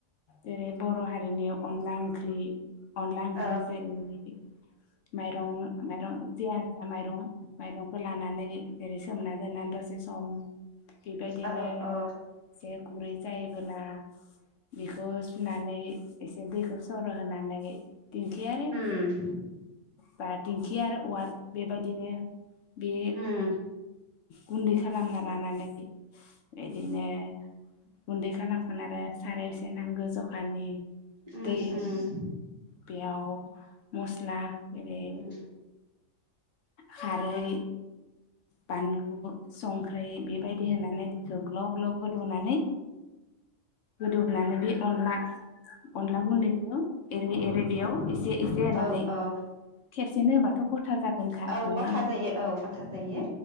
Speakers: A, on the left; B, on the right.
A: जेरै बर' हारिनि अनला ओंख्रि। अनला ओंख्रि
B: औ
A: <unintelligible> माइरं माइरं जियानो जा माइरं माइरंखौ लानानै जेरै सोमना दोननानै दसे सम बिबायदिनो
B: औ औ
A: जे गुरै जायोबोला बिखौ सुनानै एसे दैखौ सर' होनानै दिंखियारि
B: उम
A: बा दिंखि आर उवाल बेबायदिनो बे
B: उम
A: गुन्दै खालामना लानानै बेदिनो गुन्दै खालामखान आरो सारायाव एसे नांगौ जखानि
B: उम
A: दै
B: उम।
A: बेयाव मस्ला जेरै
B: उम
A: खारै, बानलु, संख्रै बेबायदि होनानै बेखौ ग्लब ग्लब गोदौनानै गोदौनानै बे अनला अनला गुन्दैखौ एरै एरै बेयाव एसे एसेे होनानै
B: औ औ
A: खेब सेनो होबाथ' गथा जागोनखा
B: औ
A: नोङा?
B: गथा जायो औ गथा जायो